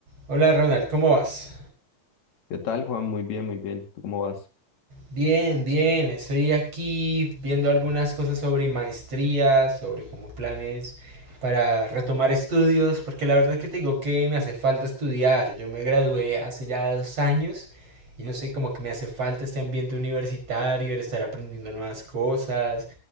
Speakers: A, on the right (about 35°); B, on the left (about 45°).
A: Hola Ronald, ¿cómo vas?
B: ¿Qué tal, Juan? Muy bien, muy bien. ¿Tú cómo vas?
A: Bien, bien, estoy aquí viendo algunas cosas sobre maestrías, sobre como planes para retomar estudios, porque la verdad que te digo que me hace falta estudiar. Yo me gradué hace ya dos años y no sé, como que me hace falta este ambiente universitario, el estar aprendiendo nuevas cosas.